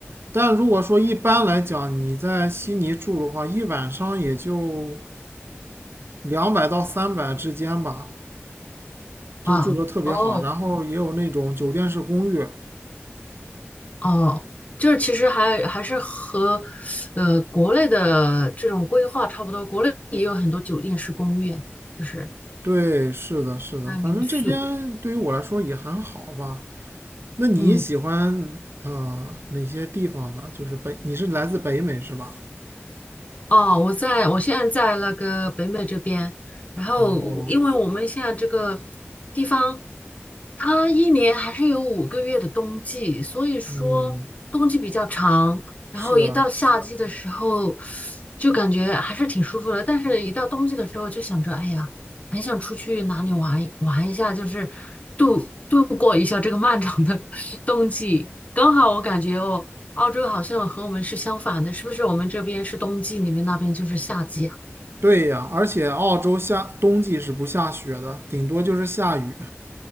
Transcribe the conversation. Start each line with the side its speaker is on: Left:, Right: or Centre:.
Right: 但如果说一般来讲，你在悉尼住的话，一晚上也就两百到三百之间吧，就住的特别好。
Left: 啊，哦，
Right: 然后也有那种酒店式公寓，
Left: 哦，就是其实还还是和呃国内的这种规划差不多，国内也有很多酒店式公寓，就是
Right: 对，是的，是的，
Left: 还有民宿。
Right: 反正这边对于我来说也还好吧。那你喜欢啊、
Left: 嗯。
Right: 呃哪些地方呢？就是北，你是来自北美是吧？
Left: 哦，我在，我现在在那个北美这边，然后因为我们现在这个
Right: 哦，
Left: 地方，它一年还是有五个月的冬季，所以说冬季比较长，
Right: 嗯，
Left: 然后一到夏季的时候，
Right: 是啊，
Left: 就感觉还是挺舒服的，但是一到冬季的时候就想着，哎呀，很想出去哪里玩一玩一下，就是度度过一下这个漫长的 <laughs> 冬季。刚好我感觉哦。澳洲好像和我们是相反的，是不是？我们这边是冬季，你们那边就是夏季啊？
Right: 对呀，而且澳洲夏冬季是不下雪的，顶多就是下雨。